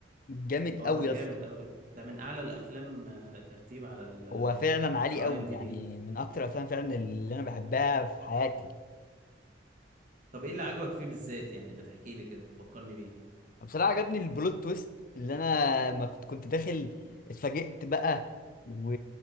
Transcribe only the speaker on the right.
اه
ده
جامد
قوي ده من اعلى الافلام آه، ترتيب على ال
على
الاي
ام دي
بي
طب ايه اللي عجبك فيه بالذات يعني ما تحكي لي كده فكرني بيه